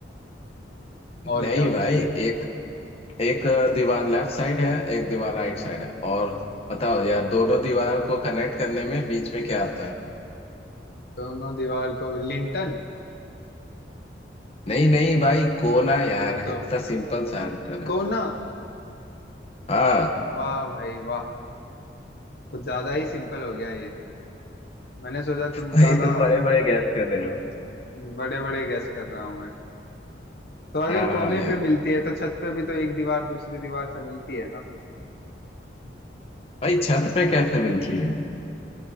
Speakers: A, on the left (about 55°); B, on the left (about 30°).
A: और
B: नहीं
A: क्या हो
B: भाई
A: सकता है
B: एक एक दीवार लेफ्ट साइड है एक दीवार राइट साइड है और बताओ यार दोनों दीवार को कनेक्ट करने में बीच में क्या आता है
A: दोनों दीवार को लिंटन
B: नहीं नहीं भाई कोना यार
A: तो
B: इतना सिंपल सा आंसर है
A: कोना
B: हाँ
A: वाह भाई वाह कुछ ज्यादा ही सिंपल हो गया ये मैंने सोचा तुम
B: भाई
A: ज्यादा
B: तुम बड़े बड़े गैस कर रहे हो
A: बड़े बड़े गेस कर रहा हूं मैं तो अगर
B: हाँ
A: कोने
B: यार
A: पे मिलती है तो छत पे भी तो एक दीवार दूसरी दीवार से मिलती है ना
B: भाई छत पे कैसे मिलती है